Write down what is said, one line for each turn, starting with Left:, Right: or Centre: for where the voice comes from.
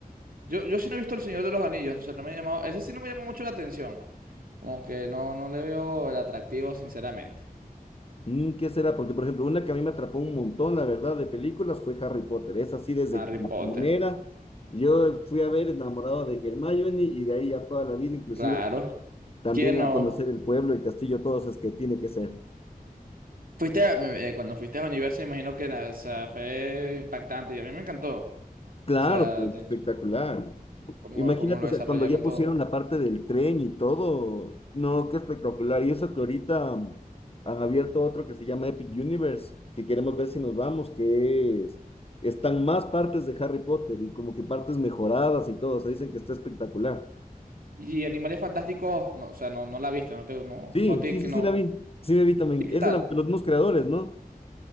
Right: Yo, yo sí no he visto El Señor de los Anillos, o sea, no me ha llamado. Ese sí no me llamó mucho la atención. Como que no, no le veo el atractivo, sinceramente.
Left: Mm, ¿Qué será? Porque, por ejemplo, una que a mí me atrapó un montón, la verdad, de películas fue Harry Potter. Es así desde
Right: Harry
Left: la
Right: Potter.
Left: primera. Yo fui a ver enamorado de Hermione y de ahí ya toda la vida, inclusive
Right: Claro.
Left: también
Right: ¿Quién no?
Left: a conocer el pueblo, el castillo, todo eso es que tiene que ser.
Right: Fuiste a- eh, cuando fuiste a Universo, imagino que la- o sea, fue impactante y a mí me encantó. O
Left: Claro,
Right: sea,
Left: pues
Right: de
Left: espectacular.
Right: hecho, cómo,
Left: Imagínate,
Right: cómo lo
Left: o
Right: desarrollaron
Left: sea, cuando ya pusieron
Right: todo.
Left: la parte del tren y todo, no, qué espectacular. Y eso que ahorita mm, han abierto otro que se llama Epic Universe, que queremos ver si nos vamos, que es, están más partes de Harry Potter y como que partes mejoradas y todo, o sea, dicen que está espectacular.
Right: Y Animales Fantásticos, no, o sea, no, no la viste, no te, no,
Left: Sí,
Right: no te,
Left: sí,
Right: que
Left: sí,
Right: no.
Left: sí, la vi, sí, la vi también.
Right: ¿Y qué
Left: Es
Right: tal?
Left: de, la- de los mismos creadores, ¿no?